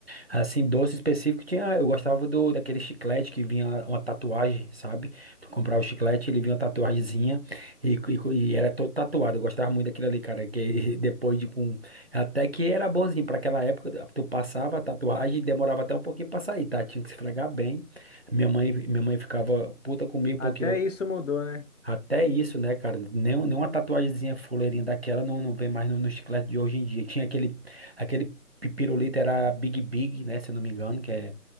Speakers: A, on the right; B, on the left.
A: Assim, doce específico tinha. Eu gostava do daquele chiclete que vinha uma tatuagem, sabe? Tu comprava o chiclete, ele vinha uma tatuagemzinha e, e, e era todo tatuado. Eu gostava muito daquilo ali, cara. Que <laughs> depois de com. Até que era bonzinho. Pra aquela época, tu passava a tatuagem e demorava até um pouquinho pra sair, tá? Tinha que se esfregar bem. Minha mãe, minha mãe ficava puta comigo
B: Até
A: porque eu,
B: isso mudou, né?
A: até isso, né, cara? Nem, nem uma tatuagemzinha fuleirinha daquela não, não vem mais no, no chiclete de hoje em dia. Tinha aquele, aquele pi- pirulito, era Big Big, né? Se eu não me engano, que é,